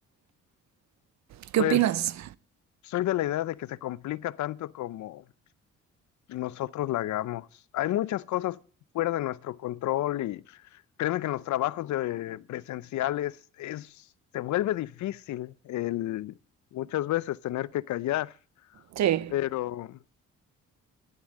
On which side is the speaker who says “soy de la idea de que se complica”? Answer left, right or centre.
Left